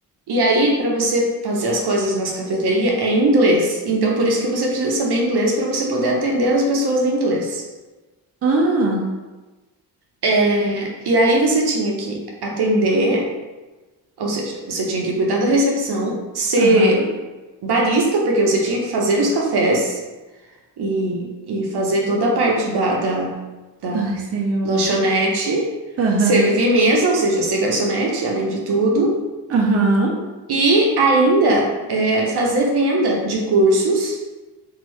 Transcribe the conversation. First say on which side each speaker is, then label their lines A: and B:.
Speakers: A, on the right; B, on the right.
A: E aí, para você fazer as coisas nas cafeterias é em inglês. Então por isso que você precisa saber inglês para você poder atender as pessoas em inglês.
B: Ah,
A: É, e aí você tinha que atender, ou seja, você tinha que cuidar da recepção, ser
B: aham.
A: barista, porque você tinha que fazer os cafés. e, e fazer toda a parte da, da, da
B: Ai, Senhor.
A: lanchonete,
B: Aham.
A: servir mesa, ou seja, ser garçonete, além de tudo,
B: Aham.
A: e ainda é, fazer venda de cursos,